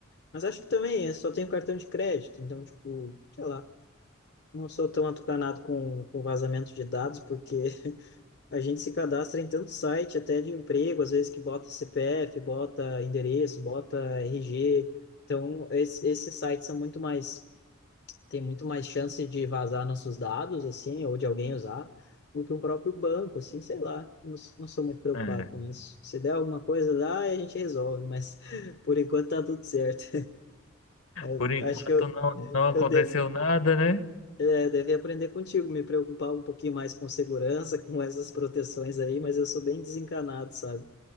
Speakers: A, on the left; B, on the left.
A: Mas acho que também, eu só tenho cartão de crédito, então, tipo, sei lá, não sou tão atucanado com, com vazamento de dados, porque a gente se cadastra em tanto site, até de emprego, às vezes que bota CPF, bota endereço, bota RG. Então, es- esses sites são muito mais tem muito mais chance de vazar nossos dados, assim, ou de alguém usar, do que o próprio banco, assim, sei lá. Não, não sou muito preocupado
B: É.
A: com isso. Se der alguma coisa lá, a gente resolve, mas <laughs> por enquanto tá tudo certo. <laughs>
B: Por enquanto
A: Acho que eu,
B: não, não aconteceu
A: eu, de,
B: nada, né?
A: é, devia aprender contigo, me preocupar um pouquinho mais com segurança, com essas proteções aí, mas eu sou bem desencanado, sabe?